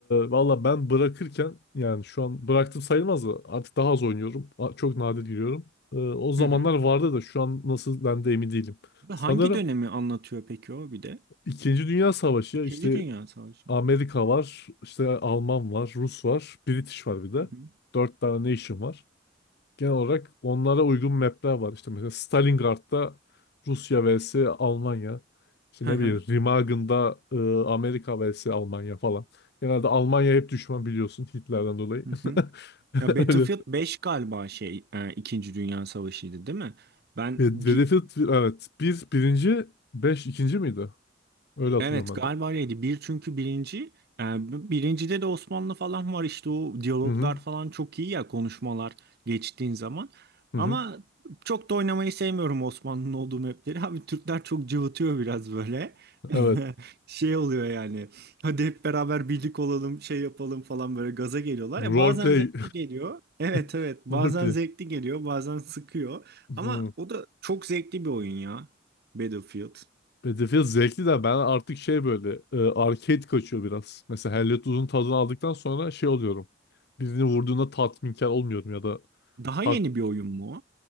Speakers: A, on the left; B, on the right.
A: valla ben bırakırken yani şu an bıraktım sayılmaz da artık daha az oynuyorum. A- Çok nadir giriyorum. Ee, o zamanlar
B: hı hı.
A: vardı da şu an nasıl ben de emin değilim.
B: Ve
A: Sanırım
B: Hangi dönemi anlatıyor peki o bir de?
A: İkinci Dünya Savaşı
B: İkinci
A: ya işte
B: Dünya Savaşı.
A: Amerika
B: mı?
A: var, işte Alman var, Rus var, British var bir de.
B: Hı hı.
A: Dört tane nation var genel olarak onlara uygun mapler var. İşte mesela Stalingrad'da Rusya vs Almanya. İşte
B: Hı
A: ne
B: hı.
A: bileyim Remagen'da e, Amerika vs Almanya falan. Genelde Almanya hep düşman biliyorsun Hitler'den dolayı.
B: Hı hı.
A: <laughs>
B: Ya Battlefield
A: Öyle.
B: 5 galiba şey e, İkinci Dünya Savaşı'ydı değil mi? Ben
A: Ve- ve
B: bir
A: Battlefield evet. Bir birinci, beş ikinci miydi? Öyle hatırlıyorum
B: Evet
A: ben
B: galiba
A: de.
B: öyleydi. Bir çünkü birinci. e, Birincide de Osmanlı falan var işte o diyaloglar
A: Hı hı.
B: falan çok iyi ya konuşmalar geçtiğin zaman.
A: Hı
B: Ama
A: hı.
B: çok da oynamayı sevmiyorum Osmanlı'nın olduğu mapleri. <laughs> Abi Türkler çok cıvıtıyor biraz böyle. <laughs>
A: Evet.
B: Şey oluyor yani. Hadi hep beraber birlik olalım, şey yapalım falan böyle gaza geliyorlar.
A: Roleplay.
B: Ya bazen zevkli geliyor. Evet
A: <laughs>
B: evet. Bazen
A: Roleplay.
B: zevkli geliyor, bazen sıkıyor. Ama
A: Hı.
B: o da çok zevkli bir oyun ya. Battlefield.
A: Battlefield zevkli de ben artık şey böyle e, arcade kaçıyor biraz. Mesela Hellet Uzun tadını aldıktan sonra şey oluyorum. Birini vurduğunda tatminkar olmuyorum ya da
B: Daha yeni
A: hak-
B: bir oyun mu o?